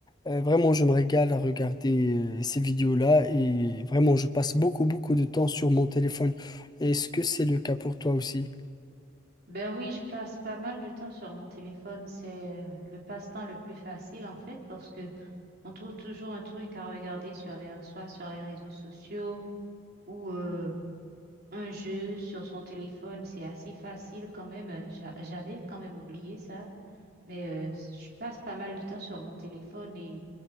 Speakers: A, on the left; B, on the right.
A: Euh, vraiment, je me régale à regarder euh, ces vidéos-là et vraiment, je passe beaucoup, beaucoup de temps sur mon téléphone. Est-ce que c'est le cas pour toi aussi?
B: Ben oui, je passe pas mal de temps sur mon téléphone. C'est euh, le passe-temps le plus facile en fait parce que On trouve toujours un truc à regarder sur les, soit sur les réseaux sociaux ou euh, un jeu sur son téléphone. C'est assez facile quand même. J'a- J'avais quand même oublié ça, mais euh, je passe pas mal de temps sur mon téléphone et